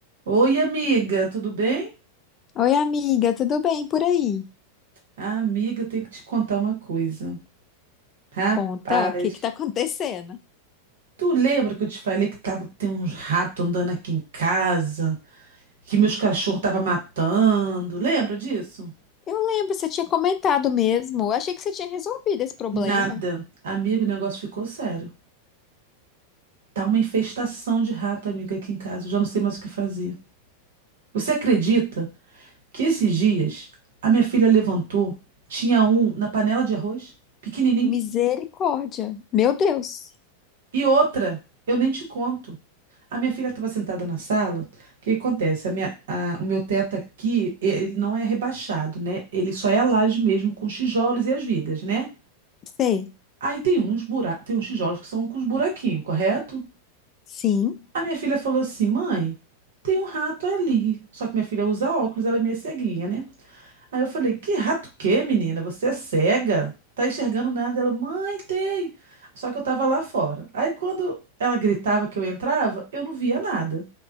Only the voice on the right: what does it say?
Oi, amiga, tudo bem?
Ah, amiga, eu tenho que te contar uma coisa. Rapaz,
tu lembra que eu te falei que tava tendo uns ratos andando aqui em casa, que meus cachorros tava matando? Lembra disso?
Nada. Amigo, o negócio ficou sério. Tá uma infestação de rato, amiga, aqui em casa. Eu já não sei mais o que fazer. Você acredita que esses dias a minha filha levantou, tinha um na panela de arroz, pequenininho?
E outra, eu nem te conto. A minha filha estava sentada na sala. O que que acontece? A minha- a- o meu teto aqui, e- ele não é rebaixado, né? Ele só é a laje mesmo com os tijolos e as vigas, né?
Aí tem uns bura... tem uns tijolos que são com os buraquinhos, correto?
A minha filha falou assim: "Mãe, tem um rato ali". Só que minha filha usa óculos, ela é meio ceguinha, né? Aí eu falei, que rato que, menina? Você é cega? Tá enxergando nada? Ela, mãe, tem. Só que eu tava lá fora. Aí quando ela gritava que eu entrava, eu não via nada.